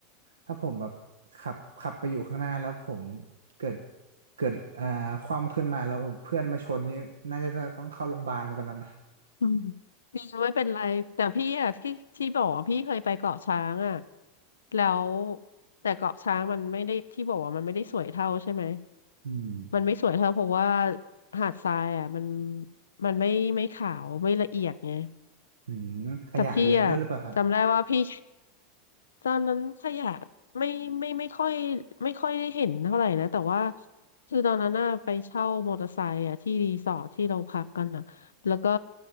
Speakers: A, on the right (about 75°); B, on the left (about 75°).
A: ถ้าผมแบบขับขับไปอยู่ข้างหน้าแล้วผมเกิดเกิดอ่าคว่ำขึ้นมาแล้วเพื่อนมาชนนี่น่าจะต้องเข้าโรงพยาบาลเลยตอนนั้น
B: อืมมีไม่เป็นไรแต่พี่อะที่ที่บอกว่าพี่เคยไปเกาะช้างอะแล้วแต่เกาะช้างมันไม่ได้ที่บอกว่ามันไม่ได้สวยเท่าใช่ไหม
A: อืม
B: มันไม่สวยเท่าเพราะว่าหาดทรายอะมันมันไม่ไม่ขาวไม่ละเอียดไง
A: อืมขยะเยอะด้วยหรือเปล่าครับ
B: แต่พี่อะจำได้ว่าพี่ ตอนนั้นขยะไม่ไม่ไม่ค่อยไม่ค่อยได้เห็นเท่าไหร่นะแต่ว่าคือตอนนั้นน่ะไปเช่ามอเตอร์ไซค์อ่ะที่รีสอร์ทที่เราพักกันอ่ะแล้วก็